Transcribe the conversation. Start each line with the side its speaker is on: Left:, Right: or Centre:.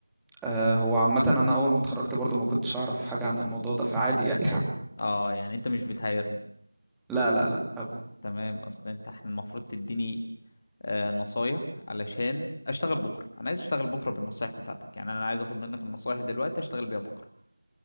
Centre: آه هو عامه انا اول ما اتخرجت برضو ما كنتش اعرف حاجه عن الموضوع ده فعادي يعني <laughs>
Left: اه يعني انت مش بتحيرني
Centre: لا لا لا أبدا.
Left: تمام اصل انت احنا المفروض تديني آه نصايح علشان اشتغل بكرة انا عايز اشتغل بكرة بالنصايح بتاعتك يعني انا عايز اخد منك النصايح دلوقتي اشتغل بيها بكرة